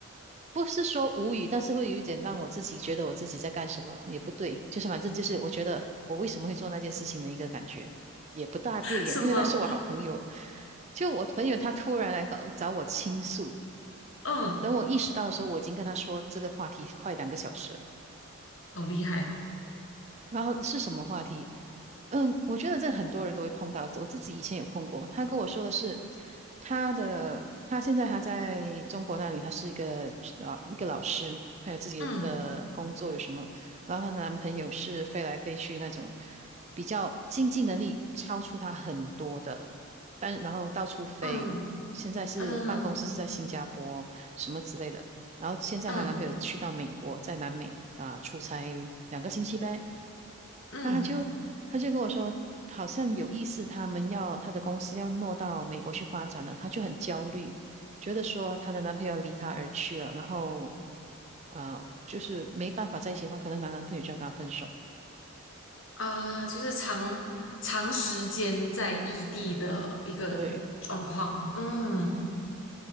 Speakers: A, on the right; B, on the left.
A: 不是说无语，但是会有一点让我自己觉得我自己在干什么也不对，就是反正就是我觉得我为什么会做那件事情的一个感觉也不大对耶，
B: 什么？
A: 因为那是我好朋友，就我朋友他突然来搞找我倾诉，
B: 嗯，
A: 等我意识到的时候，我已经跟他说这个话题快两个小时了。
B: 好厉害。
A: 然后是什么话题？嗯，我觉得这很多人都会碰到，我自己以前有碰过。他跟我说的是，他的他现在他在中国那里，他是一个老一个老师，他有自己的工作，
B: 嗯
A: 有什么？然后她的男朋友是飞来飞去那种，比较经济能力超出她很多的，但然后到处飞。
B: 嗯
A: 现在是办公室是在新加坡什么之类的，
B: 嗯
A: 然后现在她男朋友去到美国，
B: 嗯
A: 在南美啊、出差两个星期呗。
B: 嗯
A: 那她就她就跟我说，好像有意思，他们要她的公司要挪到美国去发展了，她就很焦虑，觉得说她的男朋友离她而去了，然后呃，就是没办法在一起的话，可能她男朋友就要跟她分手。
B: 啊，就是长长时间在异地的一个状况。
A: 对，
B: 嗯
A: 嗯哼。